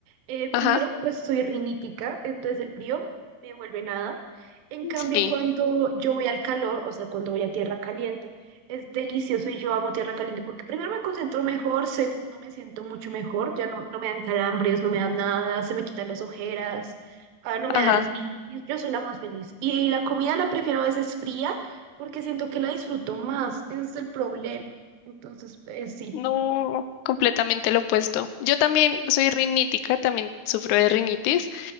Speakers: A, on the right; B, on the left.
A: Eh, primero,
B: ajá,
A: pues soy rinítica, entonces el frío me vuelve nada. En cambio,
B: sí,
A: cuando yo voy al calor, o sea, cuando voy a tierra caliente, es delicioso y yo amo tierra caliente porque primero me concentro mejor, segundo me siento mucho mejor, ya no, no me dan calambres, no me dan nada, se me quitan las ojeras, ah, no me
B: ajá.
A: da rinitis, yo soy la más feliz. Y la comida la prefiero a veces fría porque siento que la disfruto más, ese es el problema. Entonces, eh, sí.
B: No, completamente lo opuesto. Yo también soy rinítica, también sufro de rinitis,